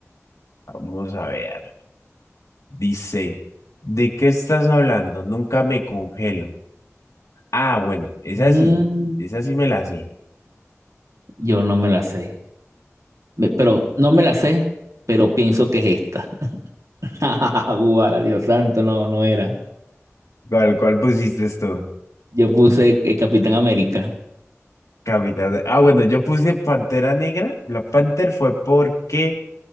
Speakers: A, on the left; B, on the right.
A: vamos a ver. Dice, ¿de qué estás hablando? Nunca me congelo. Ah, bueno, esa
B: Mm,
A: sí, esa sí me la sé.
B: yo no me la sé. Me- Pero no me la sé, pero pienso que es esta. <laughs> Guara, Dios santo, no, no era.
A: ¿Cuál, cuál pusiste tú?
B: Yo puse el Capitán América.
A: Capitán. Ah, bueno, yo puse Pantera Negra. La Panther fue porque